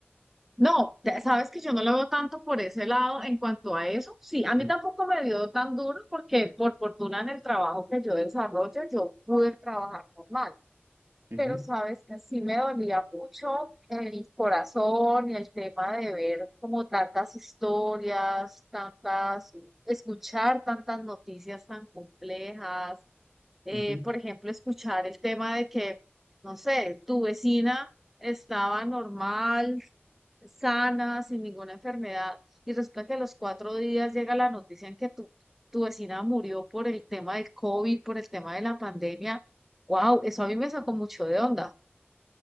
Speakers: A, in the centre; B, on the right.
A: No, te- sabes que yo no lo veo tanto por ese lado en cuanto a eso. Sí, a mí
B: Mm,
A: tampoco me dio tan duro porque por fortuna en el trabajo que yo desarrollo yo pude trabajar normal,
B: ujú,
A: pero sabes que sí me dolía mucho el corazón y el tema de ver como tantas historias, tantas, escuchar tantas noticias tan complejas. Eh,
B: ujú.
A: por ejemplo, escuchar el tema de que, no sé, tu vecina estaba normal sana, sin ninguna enfermedad, y resulta que a los cuatro días llega la noticia en que tu, tu vecina murió por el tema del COVID, por el tema de la pandemia. Wow, eso a mí me sacó mucho de onda.